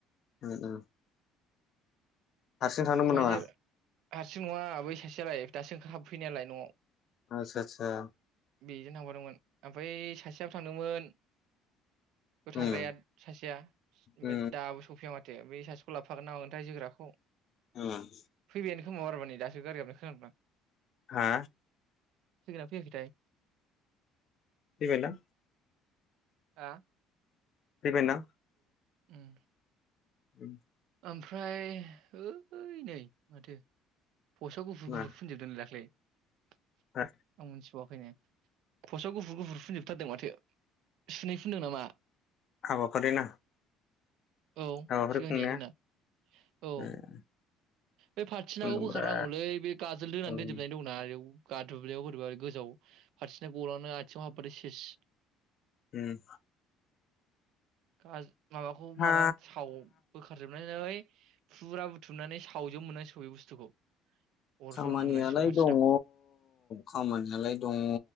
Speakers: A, on the left; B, on the right.
A: उम उम हारसिं थांदोंमोन
B: ओमफ्राय
A: नामा?
B: जे हारसिं नङा बै सासेयालाय दासो ओंखार हाबफैनायालाय नआव
A: आतसा आतसा
B: बेजों थांफादोंमोन ओमफ्राय सासेयाबो थांदोंमोन
A: उम
B: थाग्राया सासेया ओमफाय
A: उम
B: दाबो सौफैया माथो दे बै सासेखौ लाबो फागोनना मागोनथाय जोग्राखौ
A: उम
B: फैबायानो खोमा बाराबा नै दासो गारि गाबनाय खोनाबाय आं
A: हा
B: फैखोना फैयाखैथाय।
A: फैबायदां
B: आ।
A: फैबाय ना?
B: उम।
A: <unintelligible>
B: ओमफ्राय ओइ नै माथो फस्टआव गुुफुर
A: मा
B: गुफुर फुनजोबदोंनो दाख्लै। <unintelligible>
A: हा
B: सवाखैनो फसआव गुफुर गुफुर फुनजोबथारदों माथो। सुनै फुनदों नामा
A: हाबाफारि ना?
B: औ
A: हाबाफारि
B: सिगांनिया
A: खुंनाया
B: जोंना। औ
A: उम।
B: बे फारथिनाव
A: खुन्दुंब्रा
B: बोखार नांगौलै बे गाजोल दोनानै
A: उम
B: दोनजोबनाय दंना आयौ। गा दुब्लियाव बोरैबा गोजाव फारसेथिं गलांना आथिङाव हाबबाथाय सेस
A: उम
B: गाज माबाखौ
A: हा
B: माबा साव बोखारजोबनाय जाबाय फुरा बुथुमनानै सा फावजों मोननाय सिगौ बे बुस्थुखौ अर
A: खामानियालाय
B: जनो मोननांसिगौ फाथिनाखौ
A: दङ खामानियालाय दङ